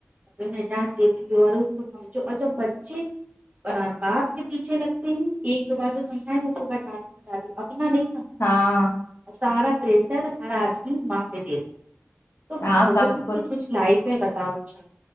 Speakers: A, on the right; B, on the left.
A: انھے دانت ڈیتھ اور وو بچے باپ کے پیچھے لگتے ہیں ایک دو بار سمجھے اسکے بعد ڈانٹ لگاتے
B: ہاں
A: سارا پریشر ہر آدمی معافی دیتا تو
B: ہاں
A: ہم لوگوں
B: سب
A: کی بھی تو کچھ لائق ہے بتاؤ اچھا